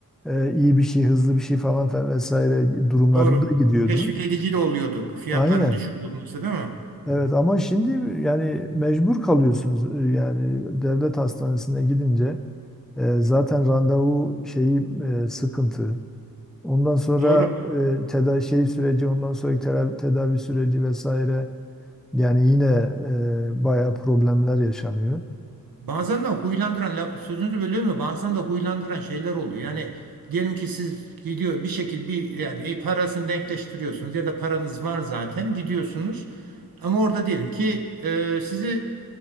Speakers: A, in the centre; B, on the right.
A: e, iyi bir şey, hızlı bir şey falan fe- vesaire durumlarında
B: doğru.
A: gidiyordunuz.
B: Teşvik edici de oluyordu fiyatların
A: Aynen.
B: düşük olması değil mi?
A: Evet ama şimdi yani mecbur kalıyorsunuz. Ee, Yani devlet hastanesine gidince. E, zaten randevu şeyi e, sıkıntı. Ondan sonra
B: Doğru.
A: e, tedavi şey süreci, ondan sonraki tedavi, tedavi süreci vesaire. Yani yine e, bayağı problemler yaşanıyor.
B: Bazen de huylandıran la- sözünüzü bölüyorum da bazen de huylandıran şeyler oluyor. Yani diyelim ki siz gidiyor bir şekilde bir yani e, parasını denkleştiriyorsunuz ya da paranız var zaten gidiyorsunuz. Ama orada diyelim ki e, sizi